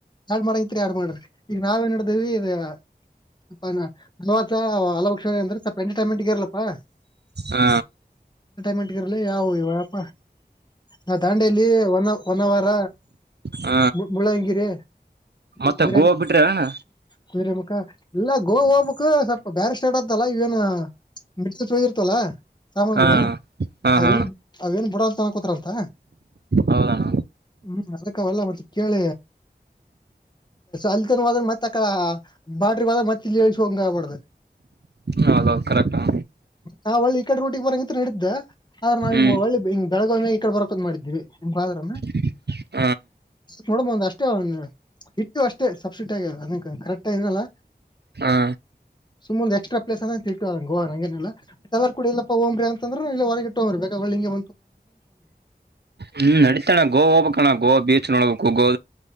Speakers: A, on the left; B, on the right.
A: ಮಾಡಂಗತ್ ಯಾರು ಮಾಡ್ರಿ ಈಗ ನಾವ ನ್ ಮಾಡಡಿದೇವಿ ಇ ಹಲಭಕ್ಷ ಅಂದ್ರೆ ಸ್ವಲ್ಪ ಎಂಟರ್ಟೈನ್ಮೆಂಟ್ಗ ಇರಲ್ಲಪ್ಪಾ
B: ಹ
A: ಮೆಂಟ್ಗಿರ್ಲಿ ಯಾವವು ಇವಪ ನಾ ದಾಂಡೇಲಿ ಒ ಒನ ವಾರ
B: ಹ
A: ಮುಳ್ಳಂಗಿರಿ
B: ಮತ್ತೆ
A: ಕುದ್ರೆ
B: ಗೋವಾ
A: ಮುಕ್ಕ
B: ಬಿಟ್ರಿ ಅಣ್ಣ
A: ಕುುದುರೆ ಮುಖ ಇಲ್ಲ ಗೋ ಹಬಕ್ ಸ್ವಲ್ಪ ಬ್ಯಾರಿಸ್ಟೇಡ್ ಅತ್ತಲ್ಲ ಇವೇನ ಬಿಡ ಚಿರ್ತಲ್ಲ ಸಾಮನ್ಗಳು
B: ಹ ಹಾ
A: ಅವೇನ್
B: ಹಾ
A: ಅವೇನ್ ಬುಡ ಅಂತ ಕೋತಾರಂತ
B: ಹೌದಣ್ಣ
A: ಹ್ಮ್ ಅರಕವಲ್ಲ ಮತ್ತೆ ಕೇಳ ಅಲ್ತನ್ದ ಮತ್ತೆ ಅ ಬಾಟ್ರ ಹದ ಮತ್ತ ಇಲ್ಲಿ ಹಂಗ ಆಬಾರ್ದ
B: ಹೌದೌದು ಕರೆಕ್ಟಾ
A: ನಾವ್ ಒಳ್ಳಿ ಈ ಕಡೆ ರಊಟಿಗೆ ಬರಂಗಿಂತ ನಡಿದ್ದ್ದ ಆದ್ರ ನಾವಿಂಗ
B: ಹ್ಮ್
A: ಒಳ್ಳಿ ಹಿ ಬೆಳಗಾವಿ ಮಾಗ ಈ ಕಡೆ ಬರಕದ್ ಮಾಡಿದ್ದೀವಿ ನಿಮ್ಫಾದರ್ನ
B: <inaudible>
A: ನೋಡ್ಬಂದ ಅಷ್ಟೇ ಒ ನೀವು ಅಷ್ಟೇ ಸಬ್ಸಿಡಿ ಆಗ ಅದ ಕರೆಕ್ಟ ನಲ್ಲ
B: ಹಾ
A: ಸುಮ್ಮ್ ಎಕ್ಸ್ರ ಪ್ಲೇಸ್ ಅಂತ ಇಟ್ಟ ಗೋವ ಹಂಗೇನಿಲ್ಲ ಕೂಡ ಇಲ್ಲಪ್ಪ ಓ್ರ ಅಂತ ಅಂದ್ರ ಇಲ್ಲ ಹೊರಗಟ್ಟ್ರ್ಬೇಕ ಒಳ್ಳಿಗೆ
B: ಹ್ಮ್ ನಡತಣ ಗೋವಾ ಹಓಬಕ್ಕಣ ಗೋವಾ ಬೀಚ್ ನೋಡ್ಬೇಕು ಗೋ